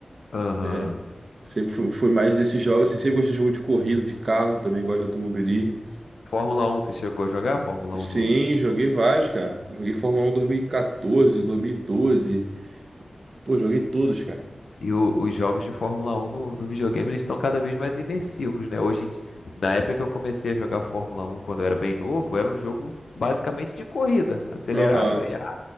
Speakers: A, on the left; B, on the right.
A: Aham.
B: né? Sempre fui, fui mais desses jogos, assim, sempre gostei de jogo de corrida, de carro, também gosto de automobilismo.
A: Fórmula 1, você chegou a jogar? Fórmula
B: Sim,
A: 1
B: joguei vários, cara. Joguei Fórmula um 1 2014, doze Pô, joguei todos, cara.
A: E o- os jogos de Fórmula 1 no, no videogame eles estão cada vez mais imersivos, né? Hoje, em di- na época que eu comecei a jogar Fórmula 1, quando eu era bem novo, era um jogo basicamente de corrida, acelerar,
B: Aham.
A: frear.